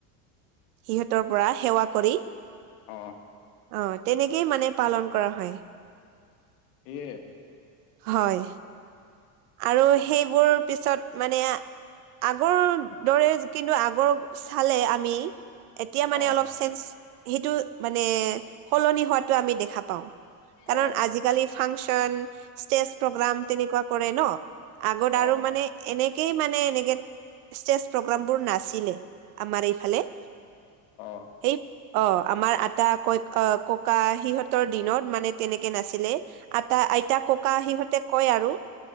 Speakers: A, on the right; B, on the left.
A: সিহঁতৰ পৰা সেৱা কৰি।
B: অ।
A: অ তেনেকেই মানে পালন কৰা হয়।
B: এয়
A: হয়। আৰু সেইবোৰ পিছত মানে আগৰ দৰে কিন্তু আগৰ চালে আমি এতিয়া মানে
B: অ
A: অলপ চেঞ্জ, সেইটো মানে সলনি হোৱাাতটো আমি দেখা পাওঁ। কাৰণ
B: অ
A: আজিকালি ফাংচন, ষ্টেজ প্ৰগ্ৰাম, তেনেকুৱা কৰে ন। আগত
B: অ
A: আৰু মানে এনেকেই মানে এনেকে ষ্টেজ প্ৰগ্ৰামবোৰ নাচে আমাৰ এইফালে।
B: অ।
A: <inaudible> অ আমাৰ আটা ক অ ককা সিহঁতৰ দিনত মানে তেনেকে নাছিলে। আতা আইতা ককা সিহঁতে কয় আৰু